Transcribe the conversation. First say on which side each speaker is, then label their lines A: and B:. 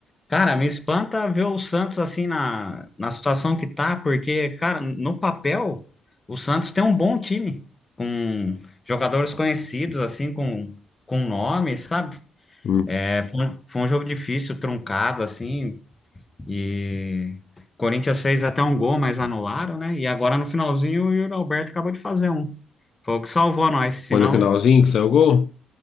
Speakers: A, on the left; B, on the left.
A: Cara, me espanta ver o Santos assim na, na situação que tá, porque, cara, no papel, o Santos tem um bom time, com jogadores conhecidos, assim, com, com nome, sabe?
B: Hum.
A: É, foi, um foi um jogo difícil, truncado, assim, e o Corinthians fez até um gol, mas anularam, né? E agora no finalzinho o Yuri Alberto acabou de fazer um. Foi o que salvou nós, senão,
B: Foi no finalzinho que saiu o gol?